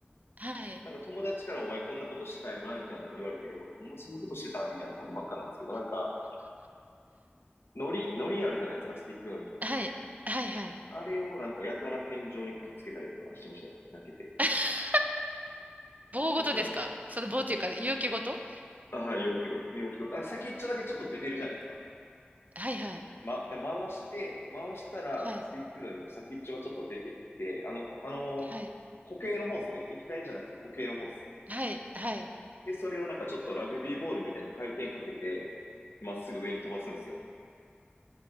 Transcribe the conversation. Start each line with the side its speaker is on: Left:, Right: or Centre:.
Right: はい。
Left: なんか友達からお前こんなことしてたよな、みたいなの言われて、俺ほんまそんなことしてたみたいなことばっかなんですけど、なんか、海苔、海苔あるじゃないですか、スティック海苔。
Right: はい。はいはい。
Left: あれをなんかやたら天井にくっつけたりとかしてましたね。投げて。
Right: <laughs> 棒ごとですかその棒というか、
Left: とか、ぼ
Right: 勇気ごと
Left: ああ、容器ご、容器ごと、あ、先っちょだけちょっと出てるじゃないですか。
Right: はいはい。
Left: ま、で、回して、回したら、
Right: はい。
Left: スティックのりの先っちょがちょっと出てきて、あの、あの、
Right: はい。
Left: 固形のホースね、液体じゃなくて固形のホース。
Right: はい。はい。
Left: で、それをなんかちょっとラグビーボールみたいに回転かけて、まっすぐ上に飛ばすんですよ。